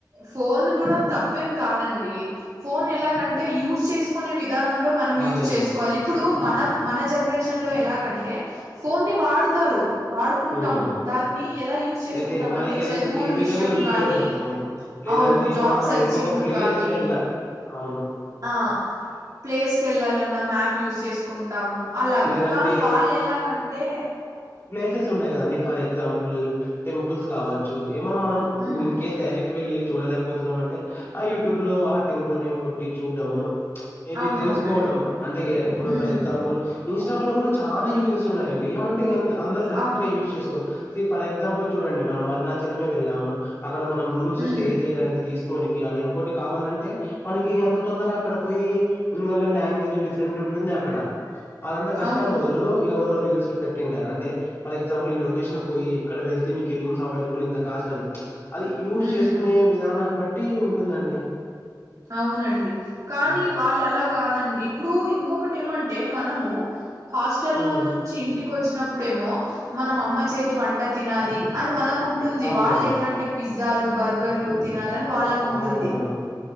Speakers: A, on the right; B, on the left.
A: ఫోన్ కూడా తప్పేం కాదండి ఫోన్ ఎలాగంటే యూస్ చేసుకునే విధానంలో మనం యూస్
B: అదే అదే
A: చేసుకోవాలి ఇప్పుడు మనం మనం మన జనరేషన్ లో ఎలాగంటే ఫోన్ ని వాడు వాడుకుంటారు వాడుకుంటాము
B: ఉమ్
A: దాన్ని ఎలా యూస్ చేస్
B: అదే
A: కుంటామంటే
B: మనకి ఎంత
A: చదువుల
B: ఏ విధంగా
A: విషయం
B: ఉపయోగపడుతుంది
A: గానీ
B: లేదంటే
A: అవును జాబ్
B: ఏమన్నా
A: సర్చింగ్
B: ఇంకొక ప్లేస్
A: గాని
B: వెళ్ళ అవును
A: ఆ ప్లేస్ కెళ్ళాలన్న మ్యా యూస్ చేసుకుంటాము అలాగ
B: లేదంటే
A: కానీ వాళ్ళు ఎలాగంటే
B: యూజెస్ ఉంటాయి కదండి ఫర్ ఎక్సంపుల్ టెంపుల్స్ కావచ్చు ఏమన్నా మనం
A: ఉమ్
B: ఇన్ కేస్ డైరెక్ట్ వెళ్ళిఎల్లి చూడలేకపోతున్నాం అంటే ఆ యూట్యూబ్ లో ఆ టెంపుల్ నేమ్ కొట్టి చూడ్డము మేబి
A: అవునవునండి
B: తెలుసుకోవడం అంటే ఇప్పుడు
A: ఉమ్
B: ఫర్ ఎక్సాంపుల్ ఇన్స్టా వల్ల కూడా చాలా యూజెస్ ఉన్నాయి అండి ఏమంటే అందరూ కరెక్ట్
A: అవును
B: గా యూజ్ చేసుకో ఫర్ ఎక్సాంపుల్ చూడండి మనం అరుణాచలమే వెళ్ళాము అక్కడ మనం రూమ్స్
A: ఉమ్
B: స్టే చేయడానికి తీసు కోనికి అలా ఇంకోటి కావాలంటే మనకి ఎంత తొందర అక్కడ పోయి ఉంది అన్నది లాంగ్వేజ్ డిఫరెంట్ ఉ ఉంది అక్కడ అదంత కష్టాలు
A: అవును
B: బదులు ఎవరో పెట్టుంటారు అంటే ఫర్ ఎక్సాంపుల్ ఈ లొకేషన్ పోయి ఇక్కడ వెళ్తే మీ రూమ్స్ అవైలబుల్ ఇంత కాస్ట్ అని అది యూస్
A: హ్మ్
B: చేసుకునే విధానాన్ని బట్టి ఉంటుందండి
A: అవునండి కానీ
B: ఆ!
A: వాళ్ళు అలా కాదండి ఇప్పుడు ఇంకొటి ఏమంటే మనము హాస్టల్లో
B: హ్మ్.
A: నుంచి ఇంటికి ఇంటికొచ్చి వచ్చినప్పుడు ఏమో మనం అమ్మ చేతి వంట తినాలి అని మనకుంటుంది
B: అవునవును.
A: వాళ్ళ ఎట్లా అంటే పిజ్ పిజ్జాలు బర్గర్లు తినాలని వాళ్ళకుంటుంది
B: అవునవును.